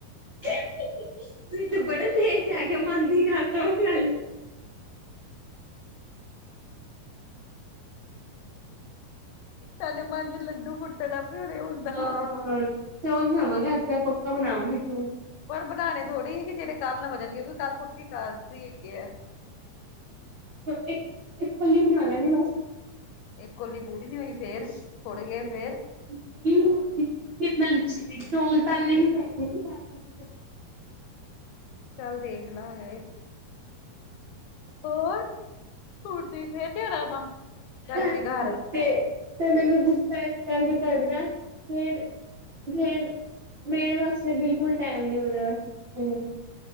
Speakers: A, on the right (about 70°); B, on the left (about 80°).
A: ਤੁਸੀਥੇ ਬੜਾ ਤੇਜ਼ ਹੈਗੇ ਹੋ ਮਨ ਦੀ ਗੱਲਮਨ ਦੀ ਗ
B: ਸਾਡੇ ਮਨ ਚ ਲੱਡੂ ਫੁੱਟਣਾ ਵੀ ਹਨ ਹੁ
A: ਅ ਚੋਲ ਬਣਾਵਾਂਗੇ, ਅੱਜ ਪੱਕਾ ਬਣਾਵਾਂਗੇ ਚੋਲ
B: ਪਰ ਬਣਾਉਣੇ ਥੋੜ੍ਹੇ ਹੀ ਹੈ, ਕਿ ਜਿਹੜੇ ਕੱਲ੍ਹ ਨਾ ਬਚਣਗੇ ਉਹ ਵੀ ਕੱਲ ਪੱਕੀ ਕਾਸਤੀ ਹੈਗੀ ਹੈ।
A: <inaudible> <unintelligible>
B: ਇੱਕ ਕੋਲੀ ਪੂਰੀ ਨੀ ਹੋਈ ਫੇਰ ਥੁੜ ਗਏ ਫੇਰ
A: ਕਿ ਮੈਂ ਦਸੀ ਚੌਲ ਪਹਿਲੇ ਵੀ। <unintelligible>
B: ਚੱਲ ਦੇਖ ਲਾਂਗੇ। ਹੋਰ ਹੋਰਤੀ ਫੇਰ ਜਾਣਾ ਵਾ ਚਾਚੀ
A: ਤੇ
B: ਘਰ।
A: ਤੇ ਮੈਨੂੰ ਗੁੱਸਾ ਏਸ ਕਰਕੇ ਕਰ ਦਾ ਐ ਫੇਰ ਫੇਰ ਮੇਰੇ ਵਾਸਤੇ ਬਿਲਕੁਲ ਟਾਈਮ ਨੀ ਓਦੇ ਵਾਸਤੇ।